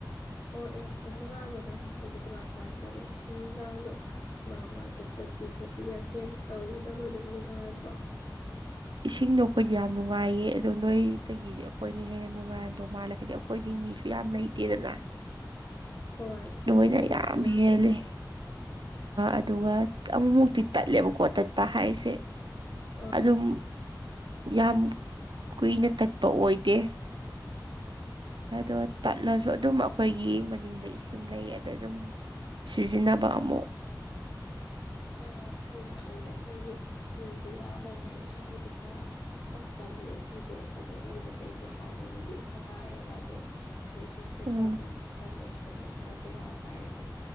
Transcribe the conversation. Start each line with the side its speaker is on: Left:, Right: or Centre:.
Left: ꯑꯣ ꯑꯦ ꯅꯨꯡꯉꯥꯏꯔꯨꯔ ꯅꯣꯏ ꯍꯣꯁꯇꯦꯜꯗꯤ ꯀꯃꯥꯏ ꯀꯃꯥꯏꯅ ꯇꯧꯒꯦ ꯏꯁꯤꯡꯒꯗꯣ ꯃꯔꯛ ꯃꯔꯛꯇ ꯇꯠꯄꯤ ꯈꯣꯠꯄꯤ ꯌꯥ ꯀꯦꯝ ꯇꯧꯗꯕ꯭ꯔꯣ ꯑꯗꯨꯝ ꯅꯨꯡꯉꯥꯏꯕ꯭ꯔꯣ
Right: ꯏꯁꯤꯡꯗꯣ ꯑꯩꯈꯣꯏꯗꯤ ꯌꯥꯝ ꯅꯨꯡꯉꯥꯏꯌꯦ ꯑꯗꯣ ꯅꯣꯏꯗꯒꯤꯗꯤ ꯑꯩꯈꯣꯏꯅ ꯍꯦꯟꯅ ꯅꯨꯡꯉꯥꯏꯔꯝꯗꯧ ꯃꯥꯜꯂꯦ ꯍꯥꯏꯗꯤ ꯑꯩꯈꯣꯏꯗꯤ ꯃꯤꯁꯨ ꯌꯥꯝ ꯂꯩꯇꯦꯗꯅ
Left: ꯍꯣꯏ
Right: ꯅꯣꯏꯅ
Left: ꯅꯣꯏꯗꯤ ꯃꯤꯁꯨ
Right: ꯌꯥꯝ
Left: ꯌꯥꯝꯗꯗꯥꯏꯅꯦ
Right: ꯍꯦꯜꯂꯤ ꯑꯗꯨꯒ ꯑꯃꯨꯃꯨꯛꯇꯤ ꯇꯠꯂꯦꯕꯀꯣ ꯇꯠꯄ ꯍꯥꯏꯁꯦ
Left: ꯑꯥ
Right: ꯑꯗꯨꯝ ꯌꯥꯝ ꯀꯨꯏꯅ ꯇꯠꯄ ꯑꯣꯏꯗꯦ ꯑꯗꯣ ꯇꯠꯂꯁꯨ ꯑꯗꯨꯝ ꯑꯩꯈꯣꯏꯒꯤ ꯃꯅꯤꯡꯗ ꯏꯁꯤꯡ ꯂꯩ ꯑꯗ ꯑꯗꯨꯝ ꯁꯤꯖꯤꯟꯅꯕ ꯑꯃꯨꯛ
Left: ꯑꯣ ꯐꯩ ꯑꯗꯨꯑꯣꯏꯗꯤ ꯑꯩꯈꯣꯏꯗꯤ ꯃꯤꯁꯦ ꯌꯥꯝꯕꯅꯤꯅ ꯏꯁꯤꯡꯕꯨꯗꯤ ꯈꯔ ꯇꯠꯀꯜꯜꯂꯤ ꯑꯩꯈꯣꯏꯗꯣ ꯑꯗꯣ ꯂꯩꯕ ꯀꯩꯒꯤ ꯍꯥꯏꯔꯕꯨꯗꯤ ꯅꯨꯡꯉꯥꯏꯌꯦꯕ ꯑꯣ ꯁ ꯦ
Right: ꯎꯝ
Left: ꯈꯔ ꯀꯟꯕꯁꯤꯗꯅꯦ ꯈꯔ ꯕꯦꯔꯥ ꯀꯥꯏꯔꯤꯁꯦ